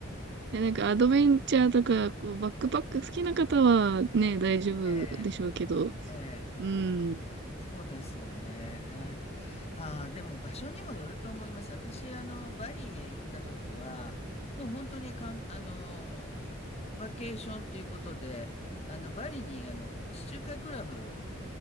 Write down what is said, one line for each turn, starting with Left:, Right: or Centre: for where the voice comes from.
Right: いや、なんかアドベンチャーとか、こう、バックパック好きな方はね、大丈夫でしょうけど、
Left: ええ、ええ。
Right: うん。
Left: そうですよね。ああ、でも場所にもよると思います。私、あの、バリへ行った時は、もう本当にかん、あの、バケーションということで、あの、バリに、あの、地中海クラブ